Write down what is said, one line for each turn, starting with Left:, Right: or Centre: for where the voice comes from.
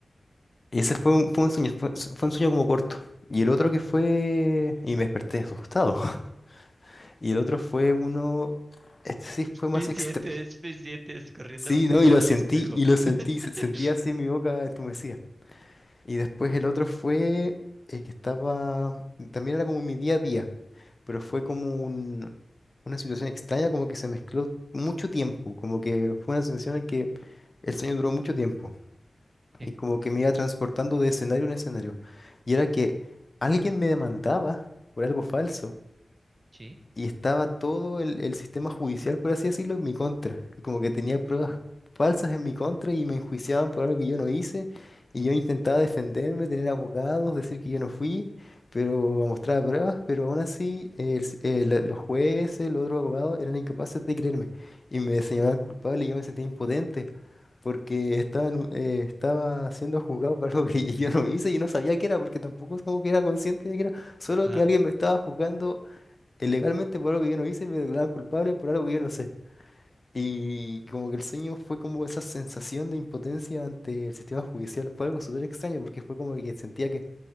Left: Y ese fue un, fue un sueño, fue, fue un sueño como corto. Y el otro que fue... Y me desperté asustado. <laughs> Y el otro fue uno... Este sí fue más
Right: Mis
Left: extra.
Right: dientes, mis dientes, corriendo,
Left: Sí,
Right: corriendo
Left: ¿no? Y lo sentí,
Right: al espejo.
Left: y lo sentí,
Right: <laughs>
Left: se- sentí así mi boca entumecida. Y después el otro fue eh, que estaba, también era como mi día a día, pero fue
Right: Ujú,
Left: como un- una situación extraña, como que se mezcló mucho tiempo, como que fue una sensación en que el sueño duró mucho tiempo
Right: Sí,
Left: y como que me iba transportando de escenario en escenario. Y era que alguien me demandaba por algo falso
Right: sí,
Left: y estaba todo el, el sistema judicial, por así decirlo, en mi contra. Y como que tenía pruebas falsas en mi contra y me enjuiciaban por algo que yo no hice. Y yo intentaba defenderme, tener abogados, decir que yo no fui, pero a mostrar pruebas, pero aún así el s- eh, la- los jueces, los otros abogados eran incapaces de creerme y me señalaban culpable y yo me sentía impotente porque estaba, en un- eh, estaba siendo juzgado por algo que <laughs> yo no hice y no sabía qué era porque tampoco es como que era consciente de que era, solo
Right: ajá.
Left: que alguien me estaba juzgando ilegalmente por algo que yo no hice, me declaraban culpable por algo que yo no sé. Y como que el sueño fue como esa sensación de impotencia ante el sistema judicial. Fue algo súper extraño porque fue como que sentía que